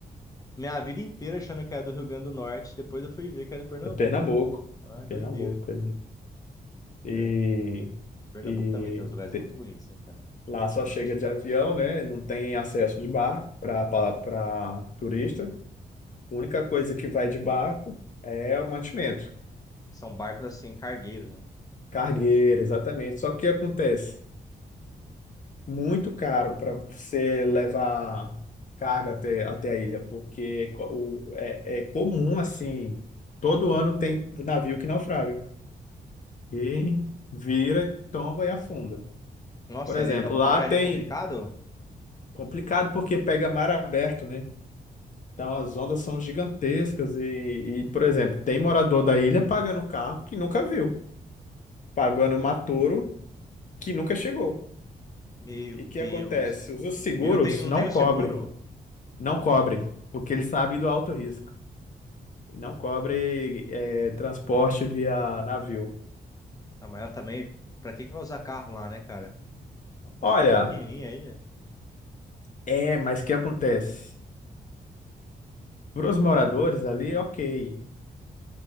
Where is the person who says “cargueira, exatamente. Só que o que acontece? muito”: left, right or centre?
Left